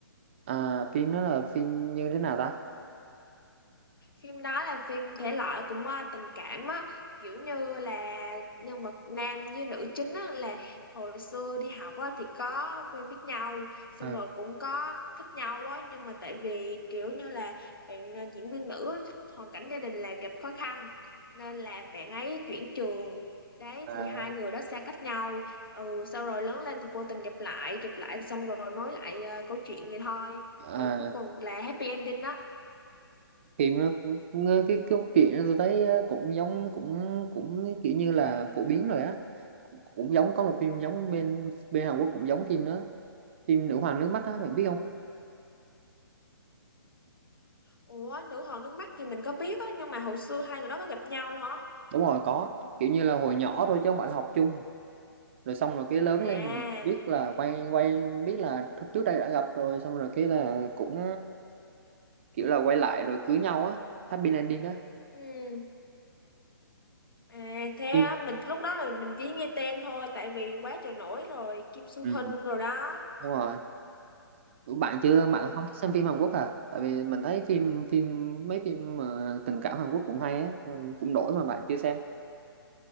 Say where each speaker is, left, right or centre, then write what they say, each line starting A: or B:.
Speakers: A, on the right; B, on the left.
A: à phim đó là phim như thế nào ta
B: phim đó là phim thể loại cũng ờ, tình cảm á kiểu như là nhân vật nam với nữ chính á là hồi xưa đi học á thì có quen biết nhau xong
A: à,
B: rồi cũng có thích nhau á nhưng mà tại vì kiểu như là bạn ờ, diễn viên nữ á, hoàn cảnh gia đình là gặp khó khăn nên là bạn ấy chuyển trường đấy
A: à,
B: thì hai người đó xa cách nhau ừ sau rồi lớn lên thì vô tình gặp lại gặp lại xong rồi nói lại ờ, câu chuyện vậy thôi
A: à,
B: rồi cuối cùng là happy ending á
A: phim nó cũng- nghe cái câu chuyện đó tôi thấy ờ, cũng giống cũng cũng kiểu như là phổ biến rồi á cũng giống có một phim giống bên bên Hàn Quốc cũng giống phim đó phim Nữ hoàng nước mắt á bạn biết không
B: Ủa nữ hoàng nước mắt thì mình có biết á nhưng mà hồi xưa hai người đó có gặp nhau hả?
A: đúng rồi có kiểu như là hồi nhỏ thôi chứ không phải là học chung rồi xong rồi cái lớn
B: À,
A: lên biết là quay quay biết là trước trước đây đã gặp rồi xong rồi cái là cũng kiểu là quay lại rồi cưới nhau á happy ending đó
B: ừ. À thế
A: phim
B: á, mình lúc đó là mình chỉ nghe tên thôi tại vì quá trời nổi rồi, Kim Soo
A: Ừ.
B: Hyun rồi đó.
A: đúng rồi Ủa, bạn chưa
B: Ừ.
A: bạn không thích xem phim Hàn Quốc à tại vì mình thấy phim phim mấy phim mà tình cảm Hàn Quốc cũng hay á ừ, cũng đổi mà bạn chưa xem